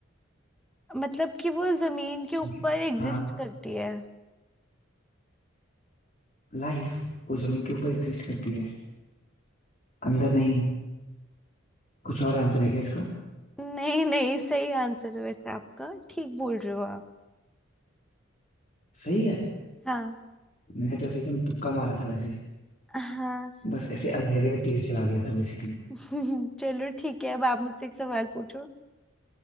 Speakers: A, in the centre; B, on the left.
A: मतलब कि वो जमीन के ऊपर
B: मतलब
A: एग्जिस्ट
B: हाँ
A: करती है
B: लाइफ वो जमीन के ऊपर एग्जिस्ट करती है अंदर नहीं कुछ और आंसर है क्या इसका
A: नहीं नहीं सही आंसर है वैसे आपका ठीक बोल रहे हो आप
B: सही है
A: हाँ
B: मैंने तो ऐसे एकदम तुक्का मारा था वैसे
A: हाँ
B: बस ऐसे अंधेरे में तीर चला दिया था बेसिकली
A: <laughs> चलो ठीक है अब आप मुझसे एक सवाल पूछो